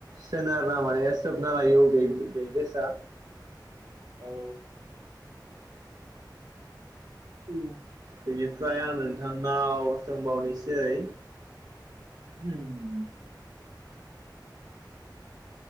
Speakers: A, on the right; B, on the right.
A: सोनारना लाया सोबना लायो अ बे बे गेसा
B: औ उम
A: बिनिफ्राय आं नों थांनाव सोंबावनिसै
B: होम